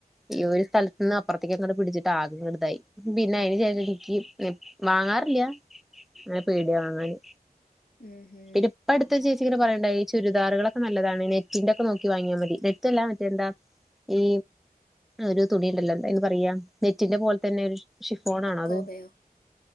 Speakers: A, in the centre; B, on the left.
A: ഈ ഒരു സ്ഥലത്ത്ന്ന് അപ്പറത്തേക്ക്ങ്ങട്ട് പിടിച്ചിട്ട് ആകങ്ങെട്ട് ഇതായി പിന്നെ അയിന് ഷേഷം ഇൻക്ക് വാങ്ങാറില്ല അനെ പേടിയാ വാങ്ങാന്
B: ഉം ഹും
A: പിന്നെ ഇപ്പട്ത്ത് ഒര് ചേച്ചിങ്ങനെ പറയ്ണ്ടായി ചുരിദാറുകളൊക്കെ നല്ലതാണ് നെറ്റിന്റെ ഒക്കെ നോക്കി വാങ്ങിയാ മതി നെറ്റ് അല്ല മറ്റേന്താ ഈ ഒരു തുണിണ്ടല്ലോ എന്താ അയിന് പറയാ നെറ്റിന്റെ പോലെ തന്നെണ് ശിഫോണാണൊ
B: അക്കോബയോ
A: അത്